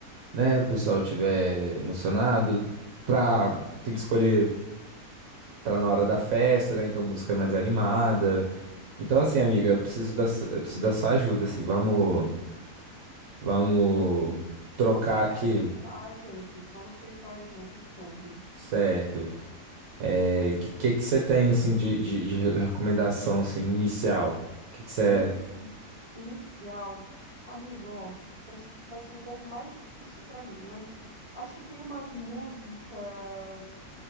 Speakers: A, on the right; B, on the right.
A: né? O pessoal tiver emocionado, pra, tem que escolher para na hora da festa, né? Então música mais animada. Então assim, amiga, eu preciso da, su- eu preciso da sua ajuda, assim, vamos Vamos
B: Vamos
A: trocar
B: vamos tentar
A: aqui,
B: pensar juntos, vamos pensar juntos sobre.
A: certo? É, que que que você tem assim de, de, de re- recomendação assim inicial? Que que você
B: Inici... Inicial, amigo, ó, essa vai ser um pouco mais difícil pra mim, mas acho que tem umas músicas